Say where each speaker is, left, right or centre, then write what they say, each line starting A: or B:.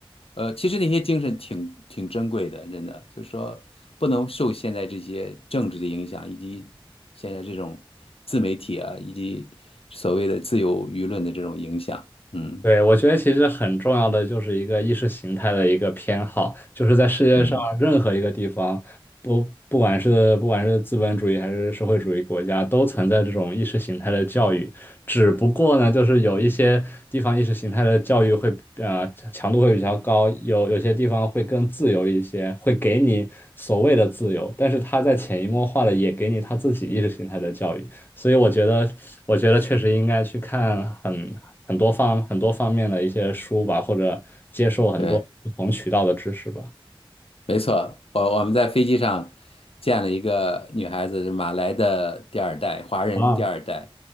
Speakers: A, on the left (about 90°); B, on the left (about 20°).
A: 呃，其实那些精神挺挺珍贵的，真的，就是说不能受现在这些政治的影响，以及现在这种自媒体啊，以及所谓的自由舆论的这种影响，嗯。
B: 对，我觉得其实很重要的就是一个意识形态的一个偏好，就是在世界上任何一个地方，
A: 嗯，
B: 不不管是不管是资本主义还是社会主义国家，都存在这种意识形态的教育。只不过呢，就是有一些地方意识形态的教育会呃强度会比较高，有有些地方会更自由一些，会给你所谓的自由，但是他在潜移默化的也给你他自己意识形态的教育。所以我觉得，我觉得确实应该去看很很多方很多方面的一些书吧，或者接受很多不同渠道的知识吧。
A: 对，没错，我我们在飞机上见了一个女孩子，是马来的第二代，华人第二代。
B: 啊，